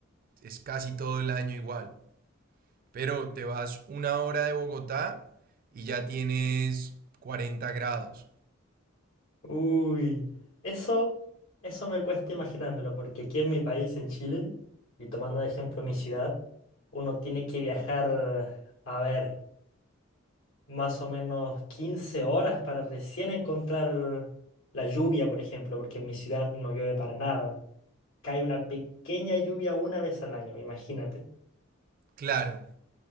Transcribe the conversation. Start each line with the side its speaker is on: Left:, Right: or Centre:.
Right: es casi todo el año igual. Pero te vas una hora de Bogotá y ya tienes 40 grados.
Left: Uy, eso, eso me cuesta imaginármelo, porque aquí en mi país, en Chile, y tomando de ejemplo mi ciudad, uno tiene que viajar, a ver, más o menos 15 horas para recién encontrar la lluvia, por ejemplo, porque en mi ciudad no llueve para nada. Cae una pequeña lluvia una vez al año, imagínate.
Right: Claro,